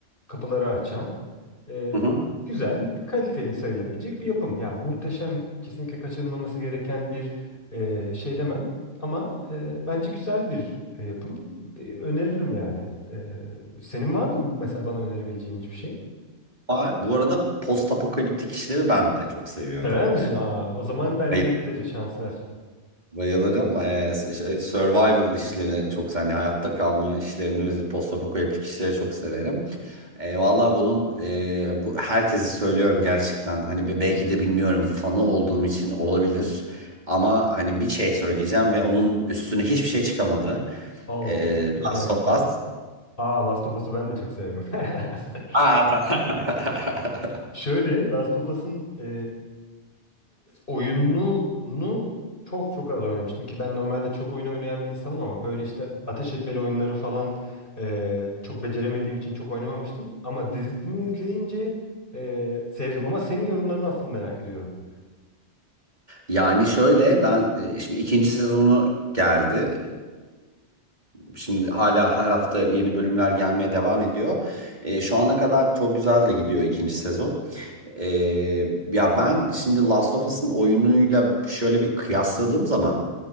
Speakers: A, on the left (about 50°); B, on the right (about 40°).
A: kapıları açan eee,
B: Hı hı.
A: güzel, kaliteli sayılabilecek bir yapım. Yani muhteşem, kesinlikle kaçırılmaması gereken bir eee, şey demem ama eee, bence güzel bir yapım. Eee, Öneririm yani. Eee, senin var mı mesela bana önerebileceğin hiçbir şey?
B: Var. Bu arada post apokaliptik işleri ben de çok seviyorum.
A: Sever misin? Aa, o zaman bence
B: Ee,
A: izleriz. Şans ver.
B: Bayılırım. Ee, s- şey, survival işlerini çok hani hayatta kalma işlerini ve postapokaliptik işleri çok severim. Ee, Vallahi bunun e, bu herkese söylüyorum gerçekten. Hani be- belki de bilmiyorum fanı olduğum için olabilir. Ama hani bir şey söyleyeceğim ve onun üstüne hiçbir şey çıkamadı.
A: Allah
B: Ee,
A: Allah. Çok merak
B: Last of
A: ettim.
B: Us.
A: Aa Last of Us'u ben de çok severim. <laughs>
B: Aa, <laughs>
A: Şöyle Last of Us'ın e, oyununu çok çok az oynamıştım ki ben normalde çok oyun oynayan bir insanım ama böyle işte ateş etmeli oyunları falan e, çok beceremediğim için çok oynamamıştım. Ama dizisini izleyince e, sevdim. Ama senin yorumlarını asıl merak ediyorum.
B: Yani şöyle ben e, şimdi ikinci sezonu geldi. Ee, şimdi hala her hafta yeni bölümler gelmeye devam ediyor. Ee, şu ana kadar çok güzel de gidiyor ikinci sezon. Ee, ya ben şimdi Last of Us'ın oyunuyla şöyle bir kıyasladığım zaman